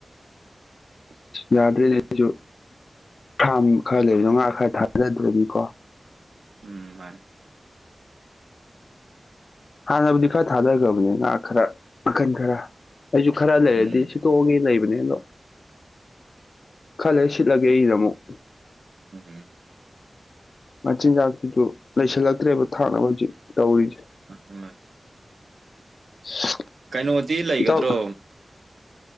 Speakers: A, on the right; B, on the left.
A: <inaudible>
B: ꯌꯥꯗ꯭ꯔꯦꯅꯦꯁꯨ ꯐꯥꯝ ꯈꯔ ꯂꯩꯕꯗꯣ ꯉꯥ ꯈꯔ ꯊꯥꯖꯗ꯭ꯔꯅꯤꯀꯣ
A: ꯎꯝ ꯃꯥꯅꯦ
B: ꯍꯥꯟꯅꯕꯨꯗꯤ ꯈꯔ ꯊꯥꯗꯈ꯭ꯔꯕꯅꯦ ꯉꯥ ꯈꯔ ꯃꯈꯟ ꯈꯔ ꯑꯩꯁꯨ ꯈꯔ ꯂꯩꯔꯗꯤ
A: ꯎꯝ
B: ꯁꯤꯠꯇꯣꯛꯑꯒꯦ ꯂꯩꯕ ꯗꯣ ꯈꯔ ꯂꯩꯔ ꯁꯤꯠꯂꯒꯦ ꯑꯩꯒꯤꯗꯣ ꯑꯃꯨꯛ
A: ꯎꯝ
B: ꯃꯆꯤꯟꯖꯥꯛꯁꯤꯁꯨ ꯂꯩꯁꯤꯜꯂꯛꯇ꯭ꯔꯦꯕ ꯊꯥꯅꯕ ꯍꯧꯖꯤꯛ ꯇꯧꯔꯤꯖꯦ
A: ꯍꯩꯃꯥ
B: <unintelligible>
A: ꯀꯩꯅꯣꯗꯤ ꯂꯩꯒꯗ꯭ꯔꯣ
B: ꯏꯇꯥꯎ